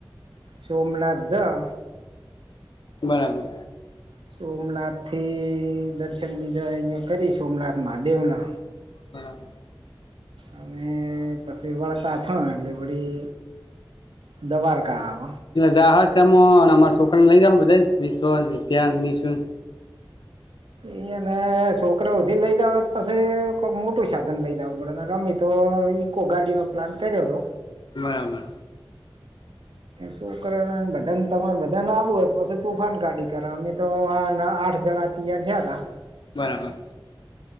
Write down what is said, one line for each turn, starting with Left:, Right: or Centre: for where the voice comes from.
Right: સોમનાથ જા
Left: બરાબર.
Right: સોમનાથથી દર્શન બીજા અહિયા કરી સોમનાથ મહાદેવના
Left: બરાબર.
Right: અને પછી વળતા થાય એટલે વળી દ્વવારકા આવે
Left: એટલે જહાજ સે મ અને અમારા છોકરાને લઈ બધાને <unintelligible>
Right: એ અને છોકરાઓ હુધી લઈ જવા પછી કોક મોટું સાધન લઈ જવું પડે ગમે તો ઇકો ગાડી નો પ્લાન કર્યો હતો.
Left: બરાબર.
Right: શું કરેને બધાન તમારે બધાને આવું હોય પછી તુફાન ગાડી કરાવની તો આ ન આઠ જણા તૈયાર થયા તા
Left: બરાબર.